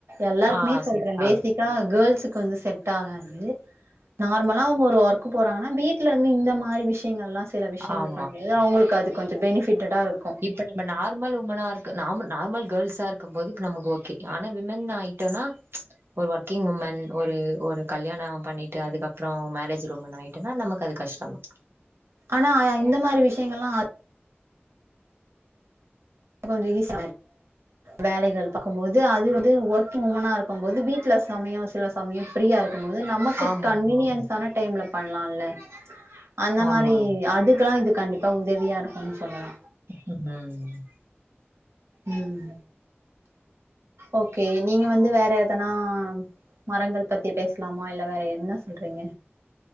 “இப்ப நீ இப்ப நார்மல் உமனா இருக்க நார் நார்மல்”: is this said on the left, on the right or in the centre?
Right